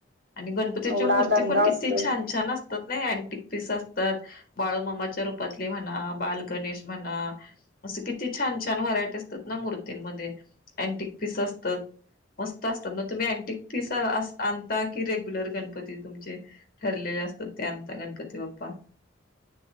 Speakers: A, on the left (about 45°); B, on the right (about 60°).
A: आणि गणपतीची
B: एवढा
A: मूर्ती
B: दंगा
A: पण किती
B: असतोय
A: छान छान असतात ना अँटिक पीस असत बाळू मामाच्या रूपातली म्हणा बाल गणेश म्हणा अस किती छान छान व्हरायटी असतात ना मूर्ती त्य मधे अँटिक पीस मस्त अस्ता मॅग तुमी अँटिक अस अनत कि रेग्युलर गणपती तुमचे ठरलेले असतात ते अता गणपती बाप्पा <inaudible>